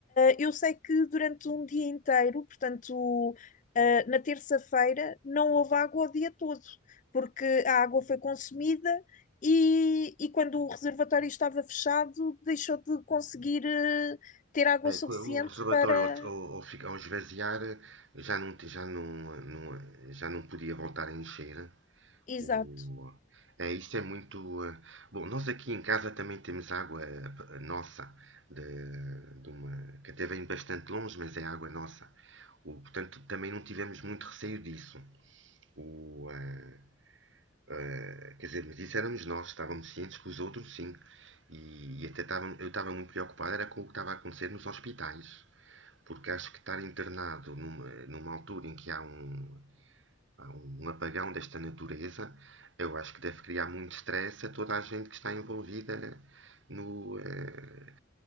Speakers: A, on the left (about 40°); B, on the right (about 65°).
A: eu sei que durante um dia inteiro, portanto, uh, na terça-feira, não houve água o dia todo, porque a água foi consumida e, e quando o reservatório estava fechado, deixou de conseguir uh, ter água
B: é
A: suficiente
B: co- O reservatório,
A: para.
B: ao, ao- ao esvaziar, já não, já, não, não- já não podia voltar a encher.
A: Exato.
B: O, é isto é muito. eh, Bom, nós aqui em casa também temos água eh, nossa, de, de uma, que até vem bastante longe, mas é água nossa. O, portanto, também não tivemos muito receio disso. O, eh, Eh, quer dizer, mas isso éramos nós, estávamos cientes que os outros sim. E, e até estava, eu estava muito preocupado era com o que estava a acontecer nos hospitais, porque acho que estar internado numa, numa altura em que há um, há um apagão desta natureza, eu acho que deve criar muito stress a toda a gente que está envolvida no, eh,